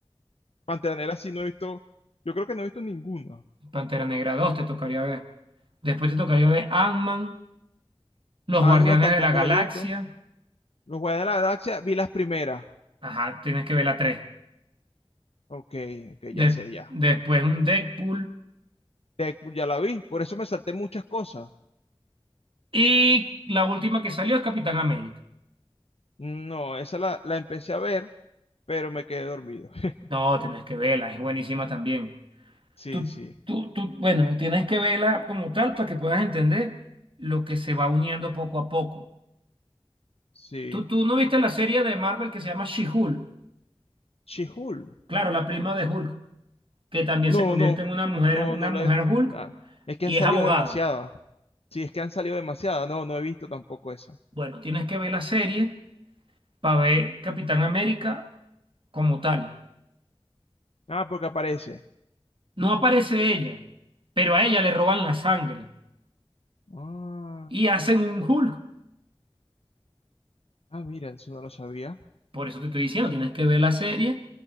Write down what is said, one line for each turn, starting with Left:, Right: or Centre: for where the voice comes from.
Left: Pantera Negra sí no he visto, yo creo que no he visto ninguna.
Right: Pantera Negra 2 te tocaría ver. Después te tocaría ver Ant-Man, Los
Left: Alma
Right: Guardianes
Left: tampoco
Right: de la Galaxia.
Left: la he visto. Los Guardianes de la Galaxia vi las primeras.
Right: Ajá, tienes que ver la 3
Left: Ok, ok,
Right: de-
Left: ya sé, ya.
Right: después un Deadpool.
Left: Deadpool ya la vi, por eso me salté muchas cosas.
Right: Y la última que salió es Capitán América.
Left: No, esa la, la empecé a ver, pero me quedé dormido. <laughs>
Right: No, tienes que verla, es buenísima también.
Left: Sí,
Right: Tú,
Left: sí,
Right: tú, tú, bueno, tienes que verla como tal para que puedas entender lo que se va uniendo poco a poco.
Left: sí.
Right: ¿Tú, tú no viste la serie de Marvel que se llama She-Hulk?
Left: She-Hulk.
Right: Claro, la prima de Hulk, que también
Left: No,
Right: se convierte
Left: no,
Right: en una mujer,
Left: no,
Right: una
Left: no
Right: mujer
Left: la he.
Right: Hulk
Left: Nada. Es que
Right: y
Left: han salido
Right: es abogada.
Left: demasiadas. Sí, es que han salido demasiadas. No, no he visto tampoco esa.
Right: Bueno, tienes que ver la serie para ver Capitán América como tal.
Left: Ah, porque aparece.
Right: No aparece ella, pero a ella le roban la sangre
Left: Ah,
Right: y hacen un Hulk.
Left: ah, mira, eso no lo sabía.
Right: Por eso te estoy diciendo, tienes que ver la serie